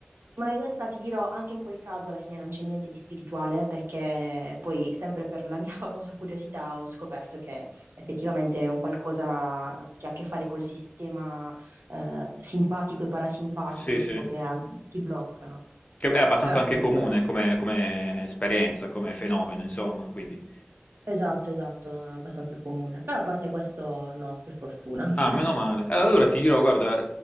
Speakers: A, on the right (about 85°); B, on the left (about 35°).
A: ma in realtà ti dirò, anche in quel caso alla fine non c'è niente di spirituale perché poi sempre per la mia <laughs> famosa curiosità ho scoperto che effettivamente è un qualcosa che ha a che fare col sistema eh, simpatico e parasimpatico,
B: Sì, sì.
A: tipo che ah, si bloccano.
B: Che è abbastanza
A: Però
B: anche
A: comunque,
B: comune come, come esperienza, come fenomeno, insomma, quindi.
A: esatto, esatto, è abbastanza comune. Però a parte questo no, per fortuna. <laughs>
B: Ah, meno male. Eh, Allora ti dirò, guarda,